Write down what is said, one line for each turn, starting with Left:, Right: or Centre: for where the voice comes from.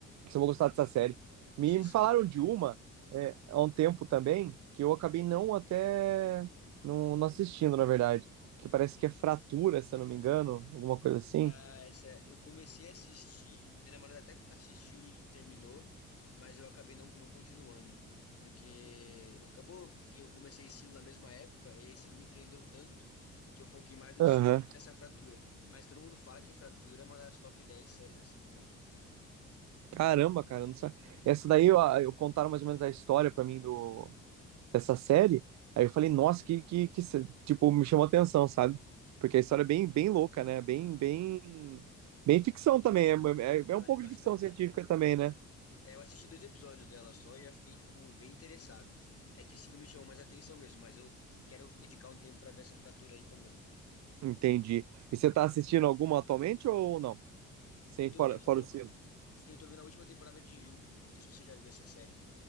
Right: se eu vou gostar dessa série.
Left: Assisti
Right: Me, me
Left: sim.
Right: falaram de uma é, há um tempo também, que eu acabei não até não, não assistindo, na verdade. Que parece que é fratura, se eu não me engano, alguma coisa assim.
Left: Ah, essa, eu comecei a assistir, minha namorada até assistiu e terminou, mas eu acabei não, não continuando. Porque acabou porque eu comecei estilo na mesma época, e esse me prendeu tanto que eu foquei mais no
Right: Aham.
Left: estilo do que nessa fratura. Mas todo mundo fala que fratura é uma das top 10 séries assim do mundo.
Right: Caramba, cara, não sei. Essa daí eu, eu contaram mais ou menos a história pra mim do, dessa série. Aí eu falei, nossa, que, que, que se- tipo, me chamou atenção, sabe? Porque a história é bem, bem louca, né? Bem, bem, bem ficção também. É, é, é
Left: Ela
Right: um pouco
Left: é bastante.
Right: de ficção científica também, né?
Left: É, eu assisti dois episódios dela só e já fiquei, tipo, bem interessado. É que esse não me chamou mais atenção mesmo, mas eu quero dedicar um tempo pra ver essa fratura aí também.
Right: Entendi. E você tá assistindo alguma atualmente ou não? Sem
Left: Eu tô
Right: fora,
Left: vendo,
Right: fora o sino.
Left: sim, eu tô vendo a última temporada de You. Não sei se você já viu essa série